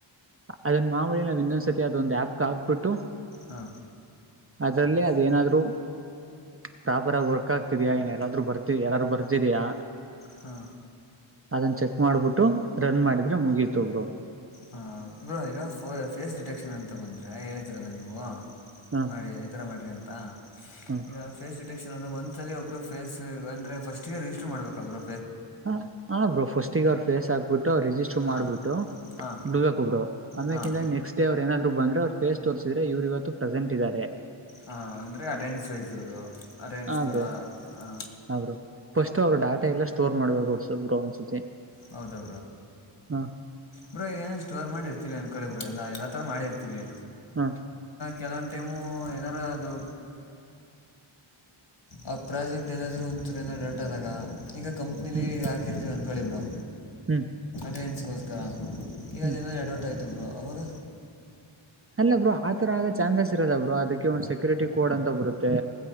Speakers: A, on the right; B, on the left.
A: ಅದನ್ ಮಾಮೂಲಿ ನಾವವು ಇನ್ನೊಂದ್ಸತಿ ಅದೊಂದು ಆಪ್ ಹಾಕ್ಬಿಟ್ಟು.
B: ಹಾ.
A: ಅದ್ರಲ್ಲಿ ಅದೇನಾದ್ರು. ಪ್ರಾಪರ್ ಆಗಿ ವರ್ಕ್ ಆಗ್ತಿದಯಾ ಏನ್ ಯಾರಾದ್ರರು ಬರ್ತಿ ಯಾರಾದರು ಬರ್ತಿದಯಾ.
B: ಹಾ.
A: ಅದನ್ನ ಚೆಕ್ ಮಾಡ್ಬಿಟ್ಟು ರನ್ ಮಾಡಿದ್ರೆ ಮುಗೀತೋಗರು.
B: ಹಾಂ ಬ್ರೋ ಈಗ ಫೋ ಫೇಸ್ ಡಿಟೆಕ್ಷನ್ ಅಂತ ಬಂದರೆ ಹೇಳತಿೀರಲ್ಲ ನೀವು.
A: ಹ್ಮ
B: ಮಾಡಿ ಈ ತರ ಮಾಡ್ರಿ ಅಂತ
A: ಹ್ಮ
B: ಈಗ ಫೇಸ್ ಡಿಟೆಕ್ಷನ್ ಅ. ಒಬ್ರು ಫೇಸ್ ಅಂದ್ರೆ ಫಸ್ಟ್ ರಿಸ್ಟರ್ ಮಾಡ್ಬೇಕಬ್ರು
A: ಹ ಹಾ ಬ್ರೋ ಫಸ್ಟಿಗೆ ಅವ್ರ ಫೇಸ್ ಆಗ್ಬಿಟ್ಟು. ರು ರಿಜಿಸ್ಟರ್
B: ಹಾಂ
A: ಮಾಡ್ಬಿಟ್ಟು
B: ಹಾಂ
A: ಬಿಡ್ಬೇಕುಬ್ರು ಅದಕ್ಕಿಂತ
B: ಹಾಂ
A: ನೆಕ್ಸ್ಟಡೇವ್ರು ಏನಾದ್ರು. ಅವ ಬಂದ್ರ ಅವ್ರ ಫೇಸ್ ತೋರಿಸಿದ್ರೆ ಇವರು ಇವತ್ತು ಪ್ರೆಸೆಂಟ್ ಇದಾರೆ.
B: ಹಾ ಅಂದರೆ ಅಟೆಂಡೆನ್ಸ್ ವೈಸ್ ಅದು ಅಟೆಂಡೆನ್ಸ್
A: ಹಾ
B: ಥರ
A: ಬ್ರೋ
B: ಹ.
A: ಹ ಬ್ರೋ ಫಸ್ಟ್ ಅವರು ಡಾಟಾ ಎಲ್ಲ ಸ್ಟೋರ್ ಮಾಡ್ಬೇಕು ಸಬ್ರು ಒಂದ್ಸತಿ.
B: ಹೌದ್ರಾ
A: ಹ
B: ಬ್ರೋ ಈಗನ ಸ್ಟೋರ್ ಮಾಡಿರ್ತೀವಿ ಅನ್ಕಳ. ಎಲ್ಲಾ ಎಲ್ಲಾ ತರ ಮಾಡಿರ್ತಿವಿ.
A: ಹಾ.
B: ಕೆಲವೊಂದು ಟೈಮು ಏನಾರ ಅದು. ಆ ಪ್ರಾಜೆಕ್ಟ್ ಏನಾದ್ರು ಒಂರ ಏನ ಡೌಟ್ ಆದಾಗ ಈಗ ಕಂಪ್ನಿಲಿಗ
A: ಹ್ಮ್
B: ಹಾಕಿರ್ತಿೀವಿ ಅನ್ಕೊಳ್ಳಿ ಬ್ರರು.
A: ಹ್ಮ್.
B: ಟ್ರೈನ್ಸ್ಗೋಸ್ಕರ ಈಗ
A: ಹ್ಮ್
B: ಏನ ಎರಡವರ್ಟ್ ಆಯ್ತು ಬರು ಆವಾಗ.
A: ಅಲ್ಲ ಬ್ರೋ ಆ ತರ ಆಗ ಚಾನ್ಸಸ್ ಇರದ ಬ್ರರು ಅದಕ್ಕೆ ಒಂದ್ ಸೆಕ್ಯೂರಿಟಿ ಕೋಡ್ ಅಂತ ಬರುತ್ತೆ.